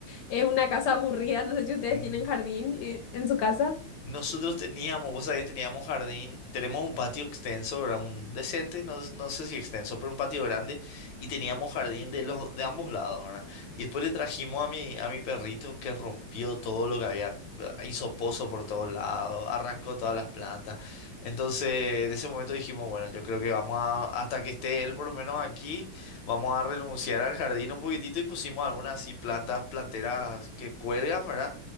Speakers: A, on the left; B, on the left.
A: es una casa aburrida, no sé si ustedes
B: ujú.
A: tienen jardín eh, en su casa.
B: Nosotros teníamos, vos sabés, teníamos jardín, tenemos un patio extenso, ¿verdad? Un decente, no, no sé si extenso, pero un patio grande y teníamos jardín de los de ambos lados, ¿verdad? Y después le trajimos a mi a mi perrito que rompió todo lo que había, hizo pozo por todos lados, arrancó todas las plantas. Entonces, en ese momento dijimos, bueno, yo creo que vamos a hasta que esté él por lo menos aquí, vamos a renunciar al jardín un poquitito y pusimos algunas así plantas planteras que cuelgan, ¿verdad?